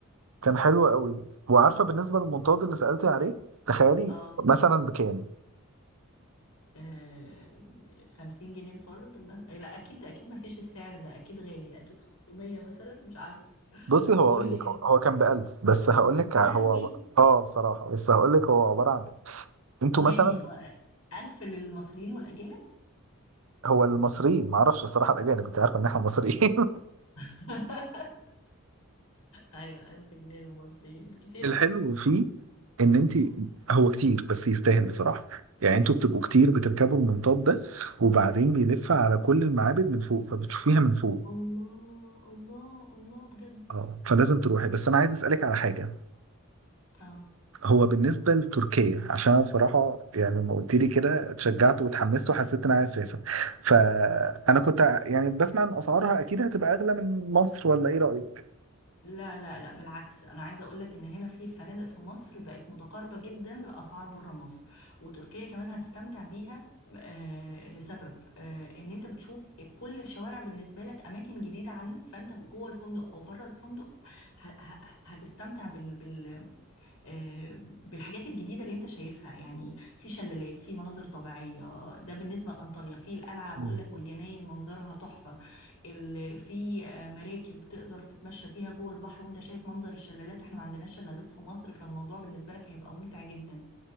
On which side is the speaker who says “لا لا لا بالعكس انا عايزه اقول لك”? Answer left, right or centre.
Left